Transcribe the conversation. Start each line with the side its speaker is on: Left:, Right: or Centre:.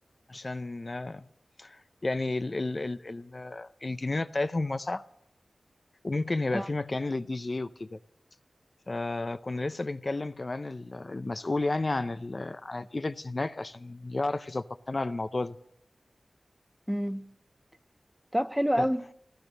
Left: عشان آه، يعني ال ال ال ال- آه، الجنينه بتاعتهم واسعه وممكن يبقى
Centre: اه
Left: في مكان للدي جي وكده فكنا لسه بنكلم كمان ال- المسؤول يعني عن ال عن الايفنتس هناك عشان يعرف يظبط لنا الموضوع ده
Centre: امم طب حلو قوي
Left: بس